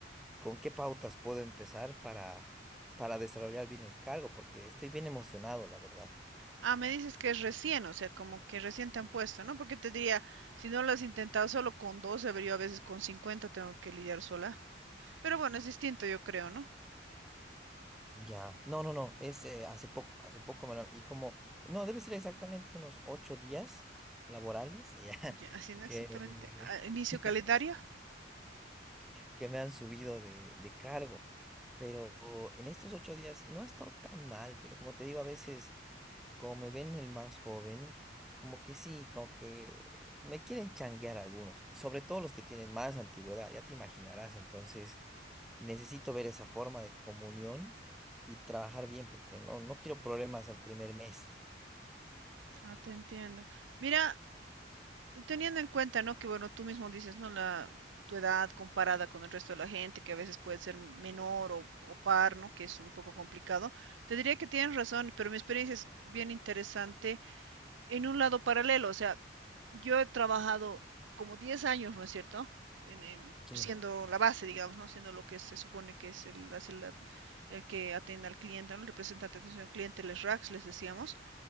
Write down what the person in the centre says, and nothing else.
con qué pautas puedo empezar para, para desarrollar bien el cargo, porque estoy bien emocionado, la verdad.
Ya, no, no, no, es eh, hace poco, hace poco me lo- y como, no, debe ser exactamente unos ocho días laborales ya,
<laughs> que,
<laughs>
que me han subido de, de cargo, pero en estos ocho días no ha estado tan mal, pero como te digo, a veces, como me ven el más joven, como que sí, como que me quieren changuear algunos, sobre todo los que tienen más antigüedad, ya te imaginarás, entonces necesito ver esa forma de comunión y trabajar bien, porque no, no quiero problemas al primer mes.
Sí,